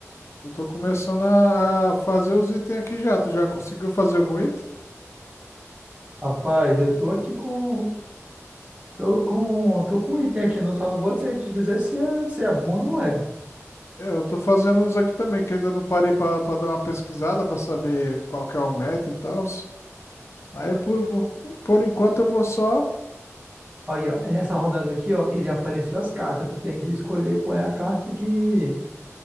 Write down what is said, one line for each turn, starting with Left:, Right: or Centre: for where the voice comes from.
Left: eu tô começando a, a fazer os itens aqui já. Tu já conseguiu fazer algum item?
Right: Rapaz, eu tô aqui com. Tô com, tô com um item aqui, não, só não vou te te dizer se é, se é bom ou não é.
Left: É, Eu tô fazendo uns aqui também, que eu ainda não parei pra, pra dar uma pesquisada pra saber qual que é o meta e tal. Aí, por, por, por enquanto, eu vou só.
Right: Aí, ó, é nessa rodada aqui, ó, ele apareceu as cartas. Tu tem que escolher qual é a carta que,